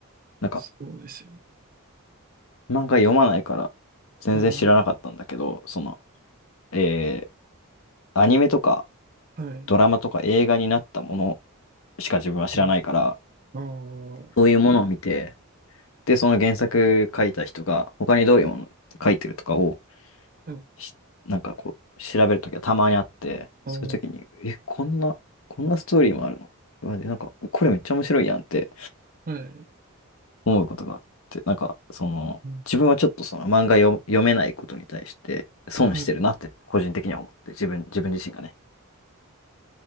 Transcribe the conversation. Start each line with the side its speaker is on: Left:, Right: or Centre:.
Left: なんか、
Right: そうですよね。
Left: 漫画読まないから、全然知らなかったんだけど、
Right: ああ。
Left: その、えー、アニメとか
Right: はい。
Left: ドラマとか映画になったものしか自分は知らないから、
Right: うん。ああ、は
Left: そういうものを見て、で、その原作書いた人が、他にどういうもの書いてるとかを
Right: い。
Left: しなんかこう、調べるときはたまにあって、
Right: ああ、
Left: そういうときに、え、こんな、こんなストーリーもあるのうわで、なんか、これめっちゃ面白いやんって
Right: はい。
Left: 思うことがあって、なんか、その、
Right: うん。
Left: 自分はちょっとその漫画読、読めないことに対して損してるなって個人的には思って、
Right: はい。
Left: 自分、自分自身がね。